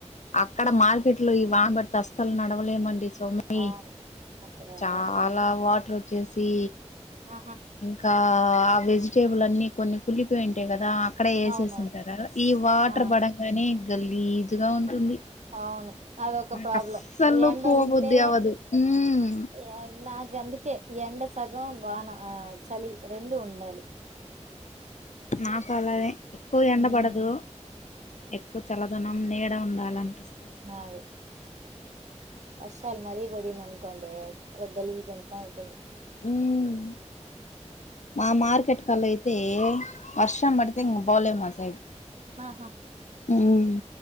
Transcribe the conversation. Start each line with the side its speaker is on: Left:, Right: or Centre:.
Left: అక్కడ మార్కెట్ లో వాన పడితే అస్సలు నడవలేమండి. ఓ మై
Right: అవును అక్కడ
Left: చాలా
Right: అవును
Left: వాటర్ వ చేసి
Right: ఆహా
Left: ఇంకా ఆ వెజిటేబుల్ అన్ని కొన్ని కుళ్ళిపోయి ఉంటాయి కదా అక్కడ ఏసేసుంటార
Right: అవునవును
Left: ఈ వాటర్
Right: ఆ
Left: పడంగానే గల్లీజుగా ఉంటుంది.
Right: అవును అదొక
Left: నాకు
Right: ప్రాబ్లం
Left: అస్సలు
Right: ఎంటంటే
Left: పోబుద్ది అవ్వదు మ్మ్
Right: ఏం నాకు గ అందుకే ఎండ సగం వాన ఆ చలి రెండు ఉండాలి.
Left: నాకు అలానే ఎక్కువ ఎండ
Right: ఉమ్
Left: పడదు. ఎక్కువ చల్లదనం నీడ ఉండాలి. <unintelligible>
Right: నావె అస్సల్ మరీ బడింది అనుకోండి అ గాలిజ్ అంత అవుతుంది.
Left: హ్మ్ మా మార్కెట్ కలా అయితే వర్షం పడితే ఇంక పోలేం మా సైడ్
Right: ఆహా
Left: హ్మ్